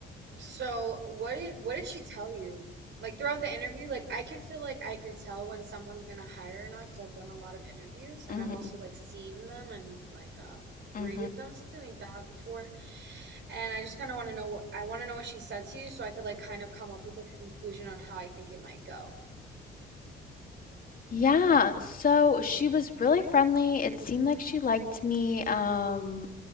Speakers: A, on the right; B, on the left.
A: So what did what did she tell you? Like throughout the interview, like I could feel like I could tell when someone's gonna hire or not because I've done a lot of interviews and
B: hmm
A: I've also like seen them and like um,
B: hmm
A: graded them something like that before. And I just kind of want to know what I want to know what she said to you so I could like kind of come up with like a conclusion on how I think it might go.
B: Yeah, so she was really friendly. It seemed like she liked me. Um,